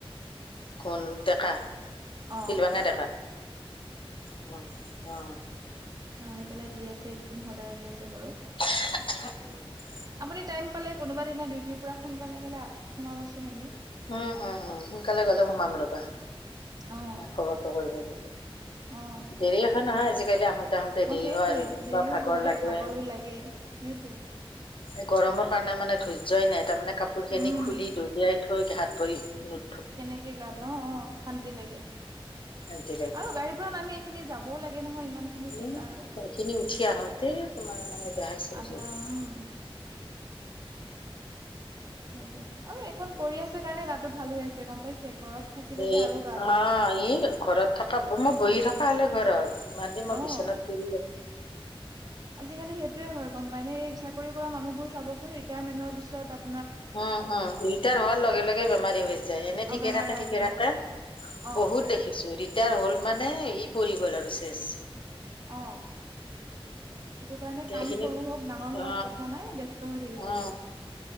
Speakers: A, on the left; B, on the right.
A: কোন ডেকা
B: অ
A: শিলভঙা ডেকা অ', অ'।
B: অ', আহি পেলাই দি আছে, একদিন সদায় আহি আছে বাৰু।
A: <unintelligible>
B: আপুনি টাইম পালে কোনোবা দিনা ডিউটিৰ পৰা সোনকালে হ'লে সোমাবচোন এদিন।
A: উম উম উম সোনকালে গ'লে সোমাম ৰবা।
B: অ',
A: খবৰটো কৰিব লাগিব,
B: অ',
A: দেৰি আছে নহয় আজিকালি আহ তে আহোঁতে দেৰি
B: সেইটোৱে
A: হয় আৰু এনেকুৱা
B: দেৰিও
A: ভাগৰ
B: হয়
A: লাগে।
B: ভাগৰো লাগে। সেইটো
A: এই গৰমৰ কাৰণে মানে ধৰ্য্যই নাই, তাৰমানে কাপোৰ খিনি
B: উম,
A: খুলি দলিয়াই থৈ হাত-ভৰি নু
B: কেনেকে গাত অ, অ, শান্তি লাগে
A: শান্তি লাগে।
B: আৰু গাড়ীৰ পৰা নামি, এইখিনি যাবও লাগে নহয়, ইমান। খিনি জেগা
A: উম,
B: আৰু।
A: সেইখিনি উঠি আহোতেই তোমাৰ মানে দোহা-চজ,
B: আধা
A: হৈ
B: উম, হয় দিয়, আৰু এইখন কৰি আছে কাৰণে গাটো ভাল হৈ আছে, গম পাইছে, ঘৰত থাকিলে যে
A: এ,
B: আৰু গা বেয়া
A: অ,
B: হ'ব
A: এই ঘৰত থকা মই বহি থকা, হ'লে ঘৰত ইমান দিনে মই
B: অ'।
A: বিচনাত <inaudible>
B: আজিকালি সেইটোয়ে হয়, গম পাইনে, এই চাকৰি কৰা মানুহবোৰ চাবচোন ৰিটায়াৰমেন্টৰ পিছত আ
A: উম, উম, ৰিটায়াৰ হোৱাৰ লগে, লগে, বেমাৰী হৈ যায়। এনে
B: অ
A: ঠিকে
B: বেমাৰে
A: থাকে,
B: আগে
A: ঠিকে থাকে।
B: অ
A: বহুত দেখিছো, ৰিটায়াৰ হ'ল, মানে সি পৰি গ'ল আৰু শেষ।
B: অ, সেইটো কাৰণে
A: এতিয়া
B: কাম
A: এইখিনি
B: সৰু, হ'ওক ডাঙৰ হ'ওক,
A: অ
B: কথা নাই, ব্যস্ত হৈ থাকিব
A: অ
B: লাগে।